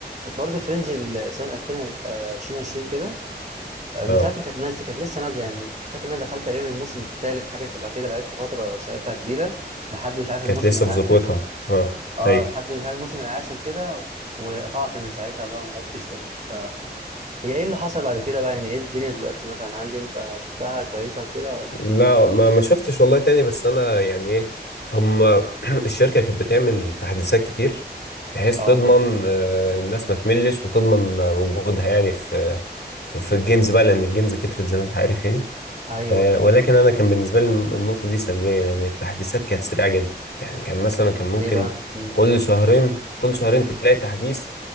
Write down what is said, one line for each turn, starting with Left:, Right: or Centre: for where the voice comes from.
Right: برضه في رينج ال- سنه 2020 كده آه، من
Left: اه
Right: ساعه ما كانت نازله كانت لسه نازله يعني فاكر ان انا دخلت تقريبا الموسم الثالث حاجه شبه كده لعبت فتره ساعتها كبيره لحد مش عارف الموسم
Left: كانت لسه
Right: العاشر
Left: في ذروتها اه
Right: اه
Left: ايوه
Right: لحد مش عارف الموسم العاشر كده وقطعت من ساعتها بقى ما لعبتش تاني فهي ايه اللي حصل بعد كده بقى يعني ايه الدنيا دلوقتي مثلا هل انت شفتها كويسه وكده ولا
Left: لا ما ما شفتش والله تاني بس انا يعني ايه هم <clears throat> الشركه كانت بتعمل تحديثات كتير بحيث
Right: اه
Left: تضمن آه، الناس ما تملش وتضمن وجودها يعني في في, في الجيمز بقى لان الجيمز كترت زي ما انت عارف يعني
Right: ايوه
Left: آه،
Right: فعلا
Left: ولكن انا كان بالنسبه لي النقطه دي سلبيه لان التحديثات كانت سريعه جدا يعني كان مثلا كان ممكن
Right: ليه بقى مم.
Left: كل شهرين كل شهرين تلاقي تحديث